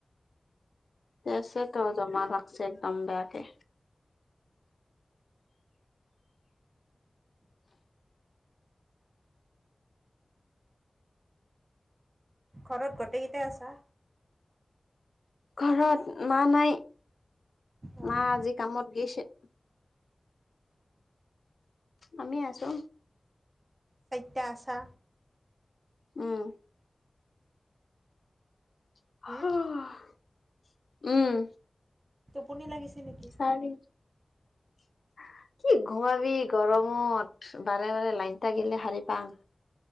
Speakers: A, on the left (about 80°); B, on the right (about 45°).
A: দেছে তেও জমা লাগছে একদম বেয়াকে।
B: ঘৰত গোটেইকেইটাই আছা।
A: ঘৰত মা নাই
B: অহ
A: মা আজি কামত গৈছে আমি আছো
B: চাইটা আছা
A: উম, <unintelligible>
B: হুম
A: উম
B: পনি লাগিছে নেকি।
A: চাৰি <inaudible> কি ঘোমাবি গৰমত বাৰে বাৰে লাইটা গেলে শাৰী পাং